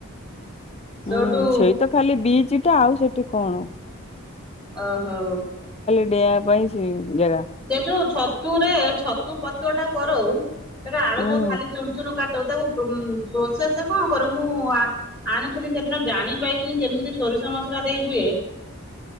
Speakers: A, in the centre; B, on the left (about 30°).
A: ସେଇଠୁ
B: ହୁଁ ସେଇ ତ ଖାଲି ବିଚ ଟା ଆଉ ସେଠି କଣ।
A: ଓ ହୋ।
B: ଡେଇଁଵା ପାଇଁ ସେ ଜାଗା
A: ସେ ଯୋଉ ଛତୁରେ ଛତୁ ପତୁଆ ଟା କରଉ ସେଟା ଆଳୁ
B: ହୁଁ
A: ଯୋଉ ଖାଲି ଚୁନ ଚୁନ କାଟି ତାକୁ ପ୍ରୋସେସ କଣ କର ମୁଁ ଆଣିଥିଲି ସେଦିନ ଜାଣିପାରିଲି କେମିତି ସୋ ସୋରିଷ ମସଲା ଦେଇ ହୁଏ।